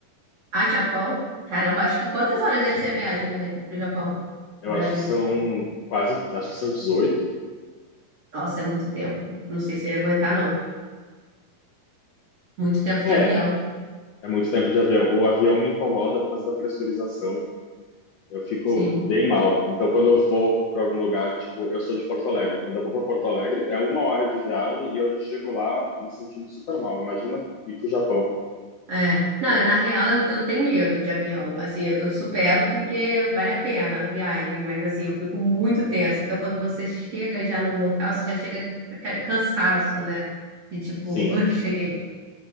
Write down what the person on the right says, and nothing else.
a Japão. Caramba, acho que quantas horas deve ser a viagem daqui para o Japão?
Do Brasil
para o Japão.
Nossa, é muito tempo. Não sei se eu ia aguentar, não. Muito tempo de
avião.
Sim.
É. Não, eu, na real, eu, eu tenho medo de avião. Assim, eu, eu supero porque vale a pena a viagem, mas assim, eu fico muito tensa. Então, quando você chega já no local, você já chega com aquele cansaço, né? De tipo,
<laughs> "Ui, cheguei.